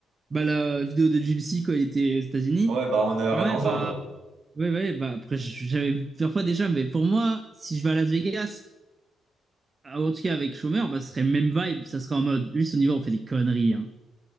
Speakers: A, on the right (about 30°); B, on the right (about 65°).
A: bah, la vidéo de Gilles C quand il était aux États-Unis.
B: Ouais, bah on avait regardé
A: Ah ouais,
B: ensemble,
A: bah, ouais, ouais, bah après j'avais vu plusieurs fois déjà, mais pour moi, si je vais à Las Vegas, ah, en tout cas avec Schumer, bah ce serait même vibe, ça serait en mode, lui, si on y va, on fait des conneries, hein.